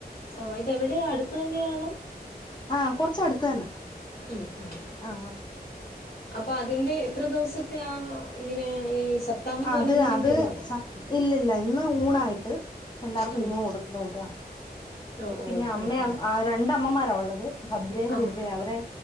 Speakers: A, on the left; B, on the left.
A: ആഹ ഇതെവിടെയാ അടുത്ത തന്നെയാണ്
B: ആഹ കൊറച്ച അടുത്ത് തന്നെ
A: ഉം ഉം
B: ആ
A: അപ്പൊ അത് തിന്റെ എത്ര ദിവസത്തെയാ ആ ഇങ്ങനെ ഈ സപ്താഹം പോലെ
B: അത്
A: അങ്ങനെ
B: അത്
A: എന്തേലും ആണോ
B: സ ഇല്ലല്ല ഇന്ന് ഊണായിട്ട് എല്ലാർക്കും
A: ഉം
B: ഊണ് കൊടുക്കുന്നട്ടാ
A: ഓ ഓ
B: പിന്നെ അമ്മ
A: ആഹാ
B: രണ്ടമ്മമാര് ഉള്ളത് ഭദ്രയും
A: ആഹ്
B: ദുർഗയും അവരെ